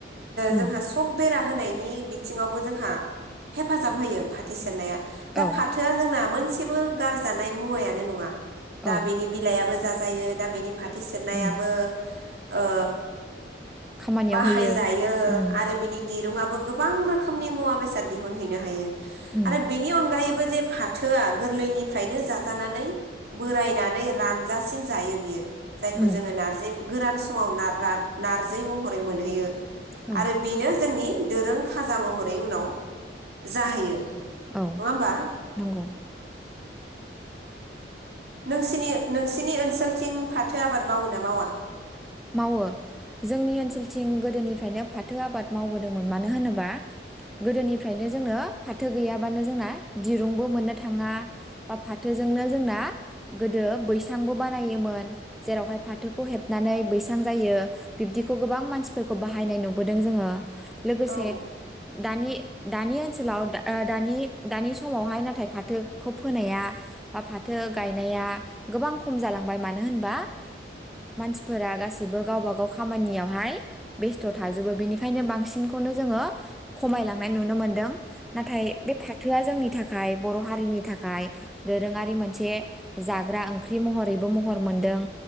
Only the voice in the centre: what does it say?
उम
औ
औ
उम
खामानियाव
होयो उम
उम
उम
औ
औ
नंगौ।
मावो जोंनि ओनसोलथिं गोदोनिफ्रायनो फाथो आबाद मावबोदोंमोन मानो होनोबा गोदोनिफ्रायनो जोंनो फाथो गैयाबानो जोंना दिरुंबो मोननो थाङा बा फाथोजोंनो जोंना गोदो बैसांबो बानायोमोन जेरावहाय फाथोखौ हेब नानै बैसां जायो बिब्दिखौ गोबां मानसिफोरखौ बाहायनाय नुबोदों जोङो। लोगोसे
दानि दानि ओनसोलाव दानि दानि समावहाय नाथाय फाथोखौ फोनाया बा फाथो गायनाया गोबां खम जालांबाय मानो होनबा मानसिफोरा गासैबो गावब गाव खामानियावहाय बेस्थ' थाजोबो बेनिखायनो बांसिनखौनो जोङो खमायलांनाय नुनो मोनदों। नाथाय बे फाथोआ जोंनि थाखाय बर' हारिनि थाखाय दोरोङारि मोनसे जाग्रा ओंख्रि महरैबो महर मोनदों।